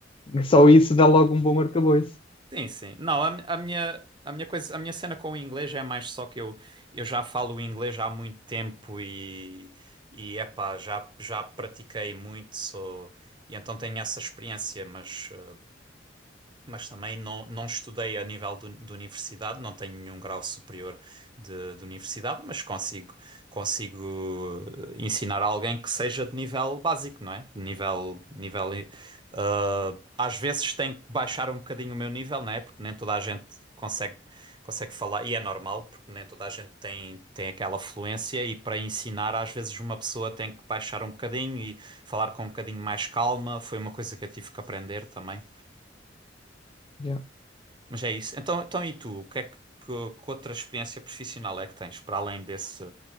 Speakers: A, on the left; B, on the right.
A: eh, só isso dá logo um bom arcabouço.
B: Sim, sim. Não, a, mi- a minha, a minha coisa, a minha cena com o inglês é mais só que eu, eu já falo inglês há muito tempo e, e epá, já, já pratiquei muito, sou, e então tenho essa experiência, mas. eh, mas também não, não estudei a nível do- de universidade, não tenho nenhum grau superior de, de universidade, mas consigo, consigo eh, ensinar a alguém que seja de nível básico, não é? De Nível, nível, eh, ah, às vezes tenho que baixar um bocadinho o meu nível, não é? Porque nem toda a gente consegue, consegue falar, e é normal, porque nem toda a gente tem, tem aquela fluência, e para ensinar, às vezes uma pessoa tem que baixar um bocadinho e falar com um bocadinho mais calma, foi uma coisa que eu tive que aprender também.
A: Yeah.
B: Mas é isso. Então, então e tu? O que é que, que, que outra experiência profissional é que tens para além desse,